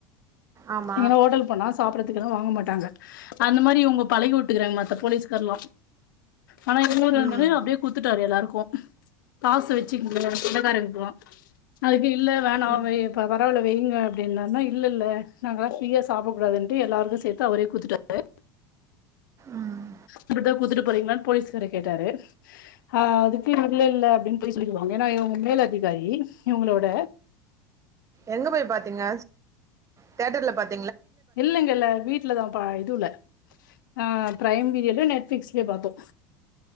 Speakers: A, on the right; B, on the left.
A: ஆமா
B: எங்கனா ஓட்டல் போனா சாப்றதுக்குல்லா வாங்க மாட்டாங்க அந்த மாரி இவுங்க பழகி உட்டுக்றாங்க மாத் த போலீஸ்கார்லா ஆனா இவுங்கூரு வந்தோனே
A: ம்
B: அப்டியே குத்துட்டாரு எல்லார்க்கோ காசு வச்சுங்க கடகாரங்க்லா அது இல்ல வேணா
A: ம்
B: வை பரவ் வால வைங்க அப்டின்னான்னா இல்லல்ல நாங்கலா ஃப்ரீயா சாப்ட கூடாதுன்ட்டு எல்லார்க்கூ சேத்து அவரே குத்துட்டாரு
A: ம்
B: இப்டித்தா கூத்துட்டு போறீங்களான்னு போலீஸ்காரு கேட்டாரு ஆ அதுக் தீர்வுதெ இல்ல அப்டின்னு போய்சொல்லிக்கிருவாங் ஏன்னா இவ்ங்க மேல் அதிகாரி இவங்களோட
A: எங்க போய் பாத்தீங்க தியேட்டர்ல பாத்
B: இல்லைங்கல்ல வீட்டுலதா பா இதுல ஆ பிஃரைம் வீடியோல நெட்பிளிக்ஸ்லயோ பாத்தோ